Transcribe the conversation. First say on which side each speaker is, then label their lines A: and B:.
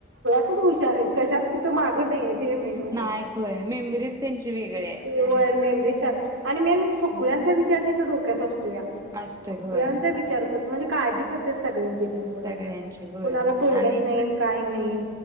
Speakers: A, on the right; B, on the right.
A: तूच हुशारहेत कशाच कुठ माग नाहीय ते मेन म्हंजे
B: नाही होय मेमरीज त्यांची वेगळी
A: <unintelligible>
B: आहे
A: आणि मेन म्हणजे सगळ्यांचा विचार त्यांच्या डोक्यात असतोया
B: असतोय
A: सगळ्यांचा
B: होय
A: विचार कर म्हणजे काळजी कर ते सगळ्यांची <unintelligible>
B: सगळ्यांची होय
A: कोणाला तोडत
B: आणि
A: नाहीत काय नाहीत